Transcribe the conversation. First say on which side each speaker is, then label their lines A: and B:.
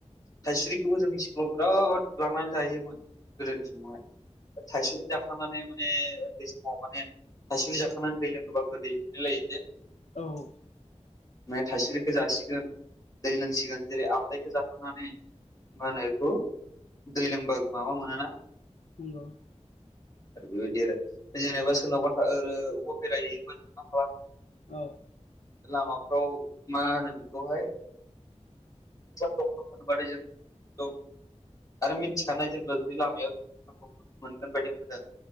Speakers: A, on the left; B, on the left.
A: थायसुरिखौबो जों स्कुलाव बिराद लांनानै जाहैयोमोन गोदोनि समावहाय। थाइसुरि जाखांनानै माने उनदै समाव माने थाइसुरि जाखांनानै दै लोङोबा गोदै मोनलाय लायो जे
B: औ।
A: मे थाइसुरिखौ जासिगोन दै लोंसिगोन जेरै आमलाायखौ जाखांनानै मानायखौ दैज्लांबा माबा मोनोना
B: नोंग
A: आरो बेबायदि आरो जेनेबा सोरनावबा थ अबेबा बेरायहैयोबा जों मा खालामो।
B: औ।
A: लामाफ्राव मा होनो बेखौहाय दंफां मोनबथाय जों आरो मिथिखानाय जेब्ला जुदि लामायाव मोनगोन बायदि मोनदों